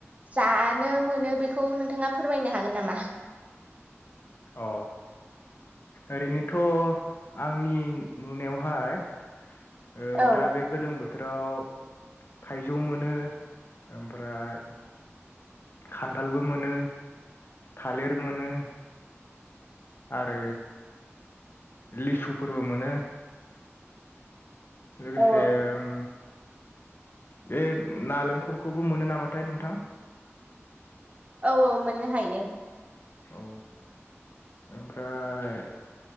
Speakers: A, on the right; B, on the left.
A: जानो मोनो बेखौ नोंथाङा फोरमायनो हागोन नामा?
B: अ ओरैनोथ आंनि नुनायावहाय ओ
A: औ
B: दा बे गोलोम बोथ थोराव थाइजौ मोनो ओमफ्राय खान्थालबो मोनो थालिर मोनो आरो लिसुफोरबो मोनो लोगोसे
A: औ
B: ओम बे नालेंखलखौबो मोनो नामाथाय नोंथां
A: औ औ मोननो हायो
B: औ ओमफ्राय